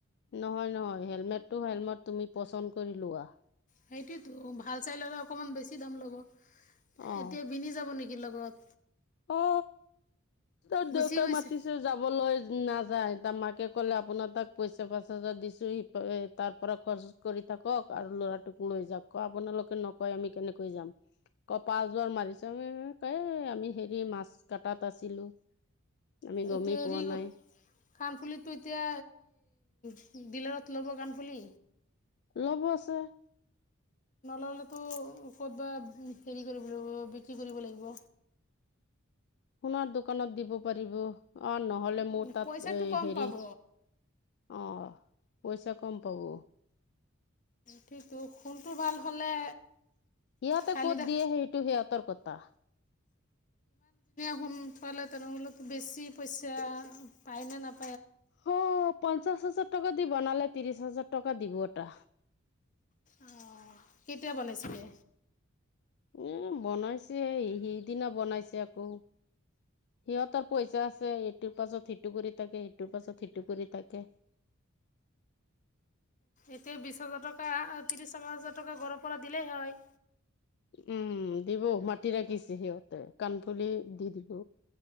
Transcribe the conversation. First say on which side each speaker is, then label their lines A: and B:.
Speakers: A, on the left (about 55°); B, on the left (about 40°).
A: নহয় নহয় হেলমেটটো হেলমট তুমি পচন্দ কৰি লোৱা
B: সেইটোতো ভাল চাই ললে অকমান বেছি দাম ল'ব
A: অ
B: এতিয়া বিনি যাব নেকি লগত
A: অ ত
B: গুচি
A: দেউতা
B: গৈছে
A: মাতিছে যাবলৈ না যা তাৰ মাকে ক'লে আপোনাৰ তাক পইচা পাচা দিছোঁ সি তাৰ পৰা খৰচ কৰি থাকক আৰু ল'ৰাটোক লৈ যাকও ক আপোনালোকে নকয় আমি কেনেকৈ যাম কপা জৰ মাৰিছে ক আমি হেৰি মাছ কটাত আছিলো আমি গমেই
B: এতিয়া হেৰি
A: পোৱা নাই
B: কাণফুলিতটো এতিয়া সি ডিলাৰত ল'ব গান ফুলি
A: লব আছে
B: নললেতো ক'তবা হেৰি কৰিব লাগিব বিক্ৰী কৰিব লাগিব
A: সোণাৰ দোকানত দিব পাৰিব অ নহ'লে মোৰ তাত
B: পইচাটো কম
A: হেৰি
B: পাব
A: অ পইচা কম পাব
B: সেইটো সোনটো ভাল হ'লে
A: ইহঁতে
B: খালি
A: ক'ত
B: দে
A: দিয়ে সেইটো সিহঁতৰ কথা
B: সোন পালে তেনেহল বেছি পইচা পায় ন নে
A: অ পঞ্চাশ হাজাৰ টকা দি বনালে ত্ৰিশ হাজাৰ টকা দিব এটা
B: আহ কেতিয়া বনাইছিলে
A: উম বনাইছে সিদিনা বনাইছে আকৌ সিহঁতৰ পইচা আছে ইটোৰ পাছত সিটো কৰি থাকে ইটোৰ পাছত সিটো কৰি থাকে <inaudible>
B: এতিয়া বিশ হাজাৰ টকা ত্ৰিশ টকা হাজাৰ টকা ঘৰৰ পৰা দিলেই হয়
A: উম দিব মাটি ৰাখিছে সিহঁতে কাণফুলি দি দিব